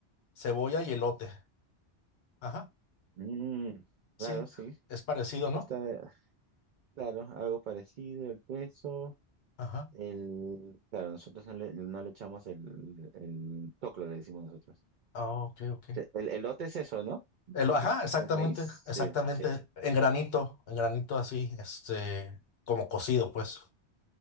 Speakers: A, on the left (about 65°); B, on the right (about 55°).
A: cebolla y elote. Ajá,
B: Mm,
A: sí,
B: claro, sí.
A: es parecido, ¿no?
B: Está, claro, algo parecido, el queso.
A: Ajá.
B: El, claro, nosotros no le, no le echamos el, el choclo, le decimos nosotros.
A: Ah, ok, ok.
B: El, el elote es eso, ¿no? ¿El
A: El-
B: choclo?
A: ajá, exactamente,
B: ¿El maíz?
A: exactamente,
B: Sí, sí.
A: en granito, en granito así, este, como cocido, pues.